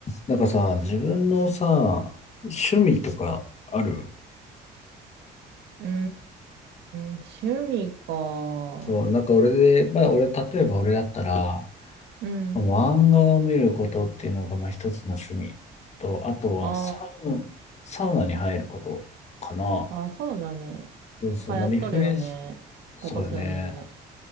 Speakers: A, on the left; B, on the right.
A: なんかさ、自分のさ、趣味とかある
B: うーん、趣味か。
A: そう、なんか俺で、まあ俺、例えば俺だったら、
B: うん。
A: 漫画を見ることっていうのがまあ一つの趣味と、あとはサウ、
B: あ
A: サウナに入ることかな。
B: あ、あ、そうだね。
A: そうそう、
B: 流行っとるよね。
A: まあリフレッシュ、
B: ここ数年ね。
A: そうだね。